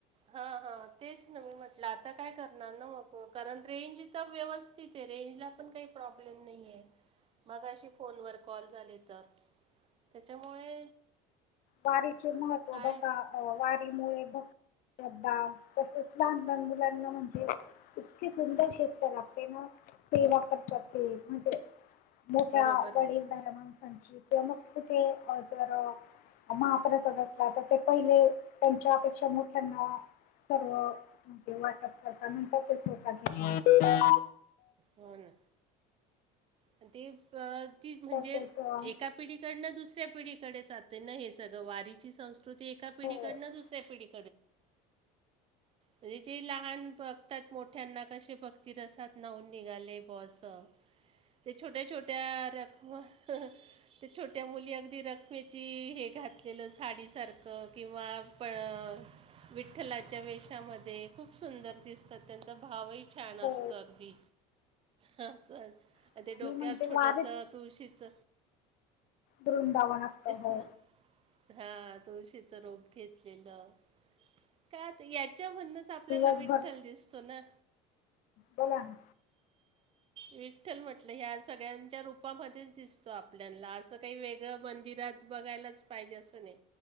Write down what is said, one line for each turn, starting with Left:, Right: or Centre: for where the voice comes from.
Right: हां हां तेच ना मी म्हटलं आता काय करणार ना मग कारण रेंज तर व्यवस्थित आहे रेंजला, ण काही प्रॉब्लेम नाही म अ फोनवर कॉल झा तर. त्याच्यामुळे
Left: वारीचे महत्त्व
Right: काय
Left: बका वारीमुळे शधा तसेच लहान लान मुलांना म्हणजे इतकी सुंदर शिस्त लागते ना सेवा करतात ते म्हणजे मोठ्या
Right: बरोबर
Left: वडील
Right: आहे ना
Left: धर्मांसांची किंवा मग कुठे जर महाप्रसाद असला तर ते पहिले त्यांच्यापेक्षा मोठ्यांना सर्व म्हणजे वाटप करता म्हणतात तेच होत घ
Right: हो ना आणि ती प ती म्हणजे
Left: तसेच अं,
Right: एका पिढीकडनं दुसऱ्या पिढीकडे जात ना हे सगं वारीची संस्कृती एका पिढीकडन
Left: हो हो
Right: दुसऱ्या पिढी- म्हणजे लहान त्यात मोठ्यांना कसे भक्त रसात नाऊन निघाले बॉस ते छोट्या छोट्या रखव ते छोट्या मुली अगदी रूखमायेची हे घातलेलं साडीसारखं किंवा पण विठ्ठलाच्या वेषामध्ये खूप सुंदर दिसतात त्यांचा भावही छान
Left: हो
Right: असतं अगदी ह असं
Left: आणि
Right: ते डोक्यावर
Left: म्हणजे
Right: छोटस
Left: वारी
Right: तुळशीच
Left: वृंदावन असतं हो.
Right: ना हां तुळशीचं रोप घेतलेलं का त याच्या मधंन च आपल्याला
Left: दिवसभर
Right: विठ्ठल दिसतो ना.
Left: बोला ना
Right: विठ्ठल म्ह टलं ह्या सगळ्यांच्या रूपामध्येच दिसतो आपल्यानला, असं काही वेगळं मंदिरात बघायलाच पाहिजे असं नाही